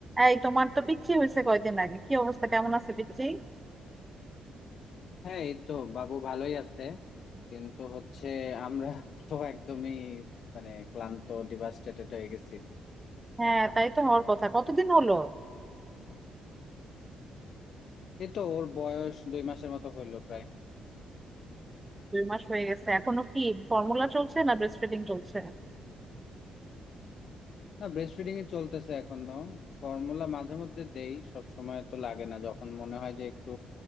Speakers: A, on the right; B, on the left.
A: এই তোমার তো পিচ্ছি হয়েছে কয়দিন আগে কি অবস্থা কেমন আছে পিচ্ছি
B: হ্যাঁ এই তো বাবু ভালোই আছে কিন্তু হচ্ছে আমরা তো একদমই মানে ক্লান্ত ডিভাস্টেটেড হয়ে গেছি
A: হ্যাঁ তাই তো হওয়ার কথা কতদিন হলো
B: এই তো ওর বয়স দুই মাসের মতো হইলো প্রায়
A: দুই মাস হয়ে গেছে এখনো কি ফর্মুলা চলছে না ব্রেস্ট ফিডিং চলছে
B: না ব্রেস্ট ফিডিং এ চলতেছে এখনো ফর্মুলা মাঝে মধ্যে দেই সব সময় তো লাগে না যখন মনে হয় যে একটু